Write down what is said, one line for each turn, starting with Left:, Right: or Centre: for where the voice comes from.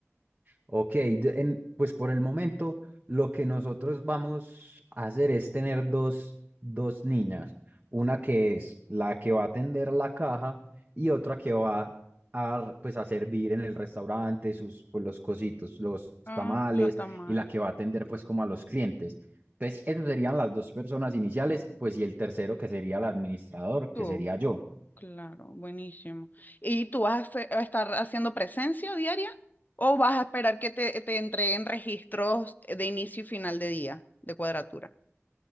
Right: ok. de- en- pues por el momento lo que nosotros vamos a hacer es tener dos, dos niñas. Una que es la que va a atender la caja y otra que va a, pues, a servir en el restaurante sus, pues, los cositos, los
Left: Ah,
Right: tamales
Left: lo está mal.
Right: y la que va a atender pues como a los clientes. Entonces, esas serían las dos personas iniciales,
Left: Está mal.
Right: pues y el tercero que sería el administrador,
Left: Tú.
Right: que sería yo.
Left: Claro, buenísimo. ¿Y tú vas a, hacer- a estar haciendo presencia diaria o vas a esperar que te, te entreguen registros de inicio y final de día de cuadratura?